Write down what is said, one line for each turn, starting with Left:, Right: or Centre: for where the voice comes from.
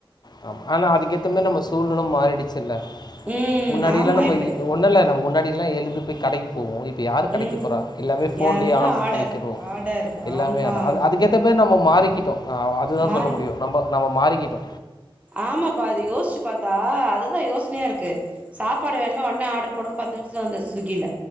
Left: ஆ ஆனா அதுக்கேத்தமே நம்ம சூழ்நிலும் மாறிடுச்சுல்ல
Right: ம்
Left: முன்னாடி
Right: ஆமா
Left: இதல்லாம் நம்ம
Right: இப்ப
Left: ஒன்னுமில்ல இத முன்னாடி எழு போய் கடைக்கு போவோம் இப்ப யாரு கடைக்கு
Right: ம்
Left: போற எல்லாமே போன்
Right: எல்லா
Left: ஆடர் பண்ணிக்கோம்
Right: ஆடர்
Left: எல்லாமே
Right: ஆமா
Left: அதுக்கேத்த நம்ம மாறிகிட்டோ அதுதா
Right: மாறி
Left: சொல்ல முடியு நம்ப நம்ம மாறிக்கிட்டோ
Right: ஆமாப்பா அது யோசிச்சு பாத்தா அதுதா யோசனையா இருக்கு. சாப்பாடு வேண்ணா உடனே ஆர்ட்ரு போடுங்க பத்து நிமிஷத்துல வந்துருது ஸ்விக்கில.